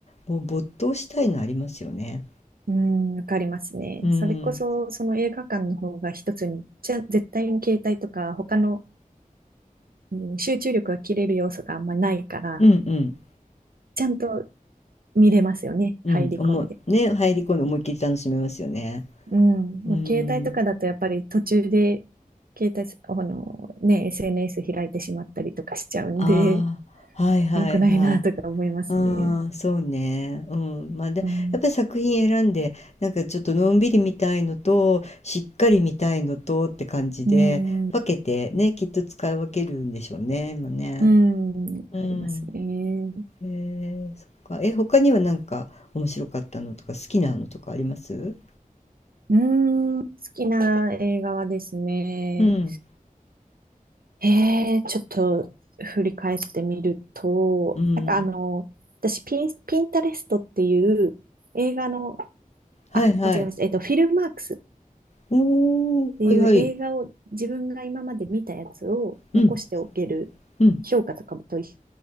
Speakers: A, on the left (about 50°); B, on the right (about 85°).
A: もう没頭したいのありますよね。
B: うん、わかりますね。
A: うん、
B: それこそ、その映画館の方が一つに、じゃ、絶対に携帯とか他の、うん、集中力が切れる要素があんまないから、
A: うんうん、
B: ちゃんと見れますよね。
A: うん、
B: 入り込んで。
A: おも、ね、入り込んで思いっきり楽しめますよね。
B: うん。まあ、
A: うん、
B: 携帯とかだとやっぱり途中で、携帯す、あの、ね、SNS 開いてしまったりとかしちゃうんで、
A: ああ、はいはいはい。
B: <laughs> 良くないなとか思いますね。
A: ああ、そうね。うん。まあ、で、
B: うん。
A: やっぱり作品選んで、なんかちょっとのんびり見たいのと、しっかり見たいのとって感じで、
B: うん。
A: 分けてね、きっと使い分けるんでしょうね、今ね。
B: うん。わかりますね。
A: うん。えー、そっか。え、他にはなんか面白かったのとか、好きなのとかあります
B: うん。好きな映画はですね。
A: うん。
B: えー、ちょっと振り返ってみると、
A: うん。
B: なんかあの、私ピン、ピンタレストっていう映画の、
A: はいはい。
B: あ、間違えました。えっと、フィルマークスっ
A: おー、
B: ていう映画を自分が今まで見たやつを残しておける、
A: はいはい。うん、うん。
B: 評価とかと一